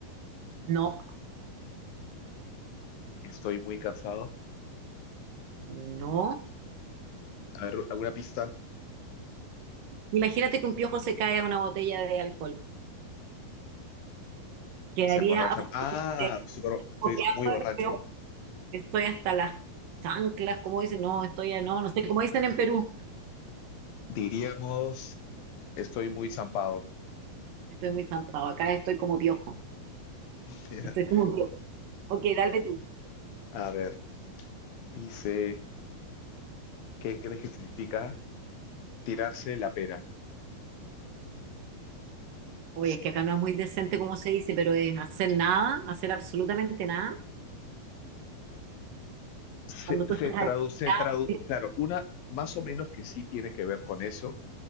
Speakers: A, on the right; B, on the left.
A: No,
B: Estoy muy cansado.
A: no.
B: A ver, alguna pista.
A: Imagínate que un piojo se cae a una botella de alcohol. Quedaría
B: Se emborracha.
A: absolutamente
B: Ah, súper, estoy
A: copiado,
B: muy borracho.
A: pero Estoy hasta las chanclas, como dicen, no, estoy a- no, no sé, como dicen en Perú.
B: Diríamos, estoy muy zampado.
A: Estoy muy zampado, acá estoy como piojo.
B: <laughs>
A: Estoy como piojo. Ok, dale tú.
B: A ver, dice, ¿qué crees que significa tirarse la pera?
A: Oye, es que acá no es muy decente como se dice, pero es hacer nada, hacer absolutamente nada.
B: Se,
A: Cuando tú
B: se
A: estás
B: traduce,
A: ahí,
B: tradu- claro, una más o menos que sí tiene que ver con eso,